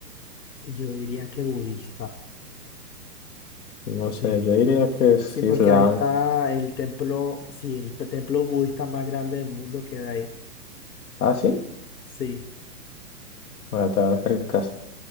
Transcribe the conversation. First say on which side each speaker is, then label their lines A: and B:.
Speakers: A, on the left; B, on the left.
A: yo diría que budista.
B: No
A: Sí,
B: sé, yo diría que es
A: sí,
B: Islam.
A: porque ahí está el templo, sí, el pe- templo budista más grande del mundo queda ahí.
B: ¿Ah, sí?
A: Sí,
B: Bueno, te vas a hacer caso.